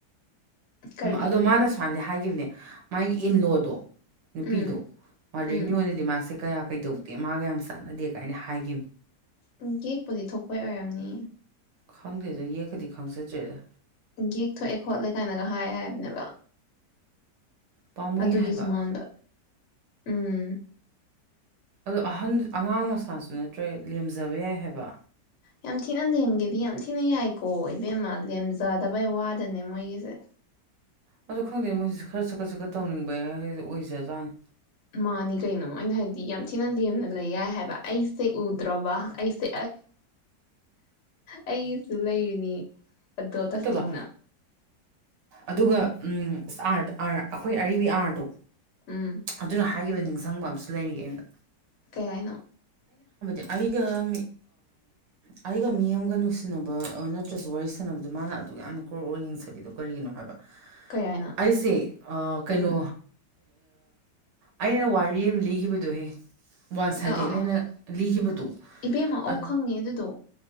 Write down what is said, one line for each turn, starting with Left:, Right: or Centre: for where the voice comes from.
Left: ꯀꯔꯤ
Right: ꯑꯗꯣ ꯃꯥꯅ ꯁ꯭ꯋꯥꯅꯗꯤ ꯍꯥꯏꯒ ꯈꯤꯕꯅꯦ ꯃꯥꯒꯤ ꯏꯂꯣꯗꯣ ꯅꯨꯄꯤꯗꯣ
Left: ꯎꯝ
Right: ꯃꯥꯗꯔꯤꯉꯣꯟꯗꯗꯤ
Left: ꯎꯝ
Right: ꯃꯥꯁꯦ ꯀꯌꯥ ꯀꯩꯗꯧꯗꯦ ꯃꯥꯒ ꯌꯥꯝ ꯆꯥꯟꯅꯗꯦ ꯀꯥꯏꯅ ꯍꯥꯏꯈꯤꯕꯅꯤ
Left: ꯎꯝ ꯀꯦꯛꯄꯨꯗꯤ ꯊꯣꯛꯄꯩ ꯑꯣꯏꯔꯝꯅꯤ
Right: ꯈꯪꯗꯦꯗ ꯌꯦꯛꯀꯗꯤ ꯈꯪꯖꯗ꯭ꯔꯦꯗ
Left: ꯌꯦꯛꯊꯣꯛꯑꯦ ꯈꯣꯠꯂꯦ ꯀꯥꯏꯅꯒ ꯍꯥꯏ ꯍꯥꯏꯕꯅꯦꯕ
Right: ꯄꯥꯝꯃꯨꯏ
Left: ꯑꯗꯨꯒꯤ
Right: ꯍꯥꯏꯕ
Left: ꯖꯨꯃꯥꯡꯗ ꯎꯝ
Right: ꯑꯗ ꯑꯍꯟ ꯑꯉꯥꯡ ꯃꯁꯥꯁꯨ ꯅꯠꯇ꯭ꯔꯦ ꯂꯦꯝꯖꯕ ꯌꯥꯏ ꯍꯥꯏꯕ
Left: ꯌꯥꯝ ꯊꯤꯅ ꯂꯦꯝꯒꯦꯗꯤ ꯌꯥꯝ ꯊꯤꯅ ꯌꯥꯏꯀꯣ ꯏꯕꯦꯝꯃ ꯂꯦꯝꯖꯗꯕꯩ ꯋꯥꯗꯅꯦ ꯃꯣꯏꯒꯤꯁꯦ
Right: ꯑ ꯈꯪꯗꯦ ꯃꯣꯏꯁꯤꯁꯨ ꯈꯔ ꯆꯀꯠ ꯆꯠꯀꯠ ꯇꯧꯅꯤꯡꯕ ꯑꯣꯏꯖꯖꯥꯅꯤ
Left: ꯃꯥꯅꯤ ꯀꯩꯅꯣ ꯑꯩꯅ ꯍꯥꯏꯕꯗꯤ ꯌꯥꯝ ꯊꯤꯅ ꯂꯦꯝꯅ ꯂꯩ ꯌꯥꯏ ꯍꯥꯏꯕ ꯑꯩꯁꯦ ꯎꯗ꯭ꯔꯣꯕ ꯑꯩꯁꯦ ꯑꯩꯒꯤꯁꯨ ꯂꯩꯔꯤꯅꯤ ꯑꯗꯣꯇꯁꯤꯡꯅ
Right: ꯅꯠꯇꯕ ꯑꯗꯨꯒ ꯑꯥ ꯑꯩꯈꯣꯏ ꯑꯔꯤꯕ ꯑꯥꯔꯗꯣ
Left: ꯎꯝ
Right: ꯑꯗꯨꯅ ꯍꯥꯏ ꯑꯈꯤꯕ ꯅꯤꯡꯁꯤꯡꯕ ꯑꯃꯁꯝꯨ ꯂꯩꯔꯤ ꯑꯩꯣꯟꯗ
Left: ꯀꯩ ꯍꯥꯏꯅꯣ
Right: ꯑꯩꯒ ꯑꯩꯒ ꯃꯤ ꯑꯃꯒ ꯅꯨꯡꯁꯤꯅꯕ ꯅꯠꯇ꯭ꯔꯁꯨ ꯋꯥꯔꯤ ꯁꯥꯟꯅꯕꯗꯣ ꯃꯥꯅ ꯑꯗꯨꯛ ꯌꯥꯝꯅ ꯀ꯭ꯔꯣꯛ ꯑꯣꯏ ꯌꯦꯡꯖꯕꯤꯗꯣ ꯀꯔꯤꯒꯤꯅꯣ ꯍꯥꯏꯕ
Left: ꯀꯩ ꯍꯥꯏꯅꯣ
Right: ꯑꯩꯁꯦ ꯀꯩꯅꯣ
Left: ꯎꯝ
Right: ꯑꯩꯅ ꯋꯥꯔꯤ ꯑꯃ ꯂꯤꯈꯤꯕꯗꯨꯣꯍꯦ ꯋꯥꯟ ꯁꯥꯏꯗꯦꯠ
Left: ꯑꯥ ꯑꯥ
Right: ꯑꯩꯅ
Left: ꯑꯥ
Right: ꯂꯤꯈꯤꯕꯗꯣ
Left: ꯏꯕꯦꯝꯃ ꯑꯧ
Right: ꯑꯗꯨ
Left: ꯈꯪꯉꯦ ꯑꯗꯨꯗꯣ